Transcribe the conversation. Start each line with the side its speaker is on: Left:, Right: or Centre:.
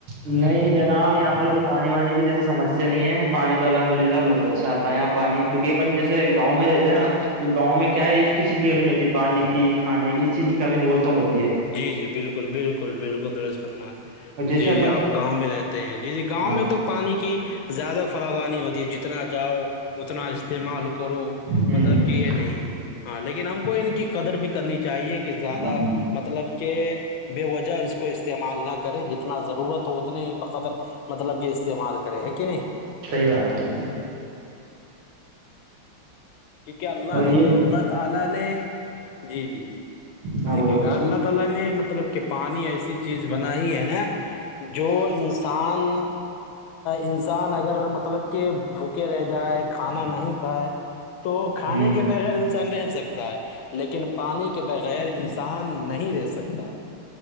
Right: نہیں جناب یہاں پر کوئی پانی وانی کی جیسی سمسیا نہیں ہے پانی تو الحمد للہ بہت اچھا تھا پانی کیونکہ اپن جیسے گاؤں میں رہتے ہیں نا تو گاؤں میں کیا ہے اسس چیز کی کمی نہیں ہوتی پانی کی کھے کی اس چیز کی کمی بہت کم ہوتی ہے
Left: جی جی بالکل بالکل بالکل دو فرما
Right: اور جیسے
Left: جی
Right: اپن
Left: آپ گاؤں میں رہتے ہیں جی جی گاؤں
Right: ہاں
Left: میں تو پانی کی زیادہ فروانی ہوتی ہے جتنا جاؤ اتنا استعمال کرو
Right: ہوں
Left: مطلب کہ یہ نہیں ہاں لیکن ہم کو ان کی قدر بھی کرنی چاہیے کہ زیادہ
Right: ہاں
Left: مطلب کہ بے وجہ اس کو استعمال نہ کرے جتنا ضرورت ہو اتنے ہی بقدر مطلب کہ استعمال کرے ہے کہ نہیں
Right: سحی بات ہے
Left: کیونکہ اللہ
Right: اور یہ
Left: دیکھیے اللہ تعالی نے جی جی
Right: ہاں
Left: دیکھیے
Right: بولو بولو
Left: اللہ تعالی نے مطلب کہ پانی ایسی چیز بنائی ہے نا جو تان انسان اگر مطلب کہ بھوکے رہ جائے کھانا نہیں کھائے تو کھانے
Right: ہوں
Left: کے بغیر انسان رہ سکتا ہے لیکن پانی کے بغیر انسان سان نہیں رہ سکتا